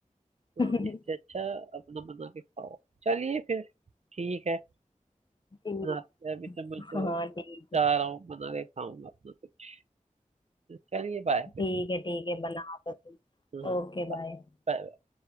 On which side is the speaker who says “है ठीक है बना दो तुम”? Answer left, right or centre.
Left